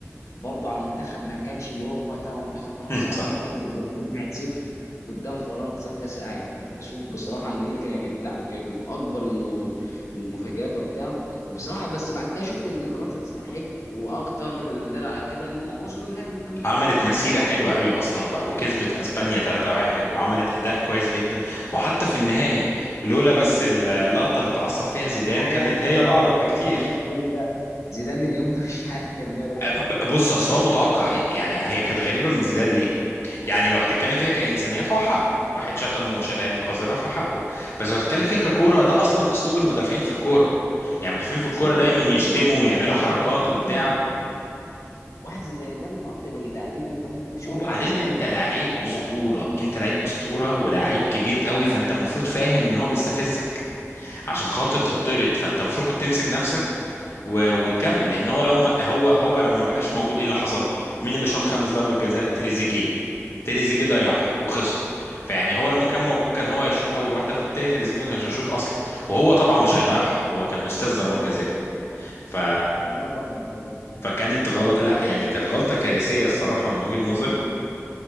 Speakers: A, on the left; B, on the left.
A: برضه على منتخب ما كانش اللي هو وقتها هو منتخب
B: <laughs>
A: فرنسا
B: صح
A: تخرج البرازيل 1-0 قدام فرنسا في كاس العالم بشوف بصراحه ان دي كانت لا كانت من اكبر الم- المفاجآت وقتها وبصراحه بس بعدها شفت ان فرنسا تستحق واكتر اللي دل على كده ان هو وصلوا نهائي قدام ايطاليا
B: عملت مسيرة حلوة قوي أصلا بقى وكسبت أسبانيا 3-1 وعملت أداء كويس جدا وحتى في النهائي لولا بس اللقطة اللي اتعصب فيها
A: يعني
B: زيدان
A: انت عارف
B: كانت هي
A: زيدان
B: الأقرب
A: زيدان
B: بكتير
A: كان ماله اليوم ده زيدان اليوم ده مش عارف كان ماله بصراحه
B: ب-
A: في
B: بص
A: فكره
B: اصل هو متوقع إيه؟ يعني هي كانت غريبه من زيدان ليه؟ يعني لو هتتكلم فيها كانسانيات هو حقه واحد شتمه وشتايم قذره فحقه بس لو هتتكلم فيها ككوره ده اصلا اسلوب المدافعين في الكوره يعني المدافعين في الكوره
A: بس انت لازم
B: دايما يشتموا
A: تكون
B: ويعملوا
A: واحد
B: حركات
A: زي زيدان
B: وبتاع
A: واحد زي زيدان من اطيب اللاعبين اللي انت ممكن تشوفهم
B: وبعدين
A: كانسانيه
B: انت
A: في
B: لعيب
A: الملعب
B: اسطوره
A: يعني
B: انت لعيب اسطوره
A: بالظبط
B: ولاعيب كبير قوي فانت المفروض فاهم ان هو بيستفزك عشان خاطر
A: بالظبط
B: تطرد فانت المفروض كنت تمسك نفسك و... وتكمل لان هو لو ما... هو هو لما ما بقاش موجود ايه اللي حصل مين اللي شاط خامس ضربة جزاء تريزيجيه تريزيجيه ضيعها وخسروا فيعني هو لما كان موجود كان هو هيشوط اول واحده فبالتالي تريزيجيه ما كانش هيشوط اصلا وهو طبعا مش هيضيعها هو كان استاذ ضربات جزاء ف
A: لا طبعا
B: فكانت غلط لا يعني كانت غلطه كارثيه الصراحه من وجهه نظري